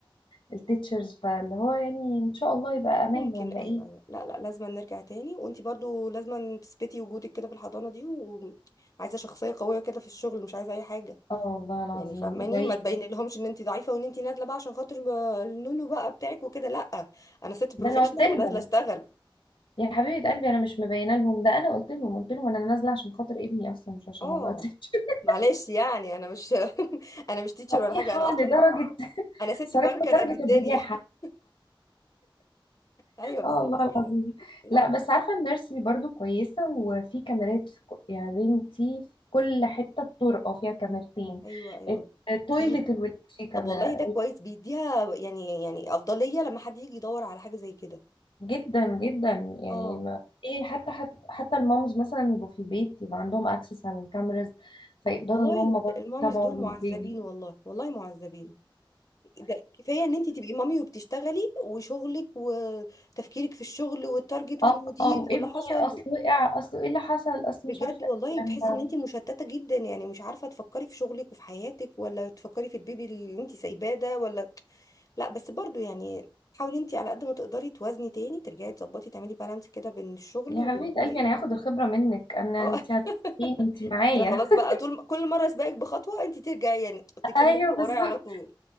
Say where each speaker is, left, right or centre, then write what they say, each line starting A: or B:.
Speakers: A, on the left (about 70°); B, on the left (about 40°).
A: التيتشرز فاللي هو يعني ان شاء الله يبقى امان
B: ممكن
A: ولا
B: ايوه
A: ايه
B: ايوه لا لا لازم نرجع تاني وانت برضو لازم تثبتي وجودك كده في الحضانة دي وعايزة شخصية قوية كده في الشغل مش عايزة اي حاجة
A: اه والله العظيم
B: يعني فاهماني
A: زي
B: ما تبين لهمش ان انت ضعيفه وان انت نازله بقى عشان خاطر ما- النونو بقى بتاعك وكده لا انا ست بروفيشنال
A: ده انا قلت لهم
B: ونازله اشتغل
A: يا حبيبه قلبي انا مش مبينه لهم ده انا قلت لهم قلت لهم انا نازله عشان خاطر ابني اصلا مش عشان
B: اه
A: ابقى تيتشر <laughs>
B: معلش يعني انا مش <laughs> انا مش تيتشر
A: صحيحه
B: ولا حاجه انا اصلا
A: لدرجه
B: انا ست
A: صريحة
B: بنكر
A: لدرجة
B: قد الدنيا
A: البجاحة
B: <laughs> ايوه بالظبط
A: اه والله
B: كده
A: العظيم
B: لا
A: لا بس عارفة النيرسري برضو كويسة وفي كاميرات في ك- يعني بنتي في كل حتة الطرقة فيها كاميرتين
B: ايوه ايوه
A: تويلة
B: بي-
A: الولاد فيه كاميرا
B: طب والله ده كويس بيديها يعني يعني افضليه لما حد يجي يدور على حاجه زي كده
A: جدا جدا يعني
B: اه
A: ما ايه حتى حتى, حتى المامز مثلا يبقوا في البيت يبقى عندهم اكسس على الكاميرز فيقدروا
B: والله
A: ان هم
B: ال-
A: برضو
B: الماميز
A: يتابعوا
B: دول معذبين
A: البيبي
B: والله والله معذبين ده كفايه ان انت تبقي مامي وبتشتغلي وشغلك وتفكيرك في الشغل والتارجت
A: اه
B: والمدير
A: اه وابني
B: واللي حصل
A: اصل وقع اصل ايه اللي حصل اصل
B: بجد
A: مش عارفة إيه.
B: والله بتحسي
A: لما
B: ان انت مشتته جدا يعني مش عارفه تفكري في شغلك وفي حياتك ولا تفكري في البيبي اللي انت سايباه ده ولا لا بس برضو يعني حاولي انت على قد ما تقدري توازني تاني ترجعي تظبطي تعملي بالانس كده بين الشغل
A: يا
B: وبين
A: حبيبة
B: البيت
A: قلبي انا هاخد الخبرة منك انا
B: أو
A: انت هتقولين انت
B: <laughs>
A: معايا
B: انا خلاص بقى
A: <laughs>
B: طول كل مره اسبقك بخطوه انت ترجعي يعني تكمليها
A: ايوه بالظبط
B: ورايا على طول